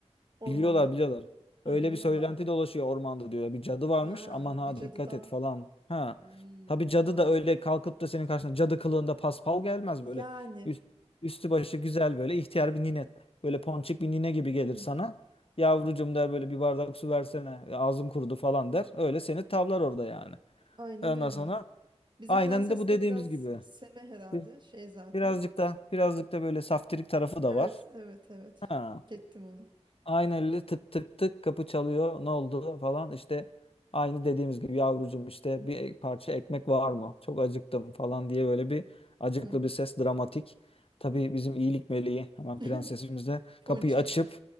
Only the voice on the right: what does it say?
Ormanda
Ha
biliyorlar.
Ha
bir
cadıdan.
Hmm,
tamam.
Yani.
Hmm,
aynen
öyle.
Bizim
prenses
de biraz
seme herhalde.
Şey zaten.
Evet
evet evet.
Fark ettim onu.
Hmm.
<laughs>
Ponçik.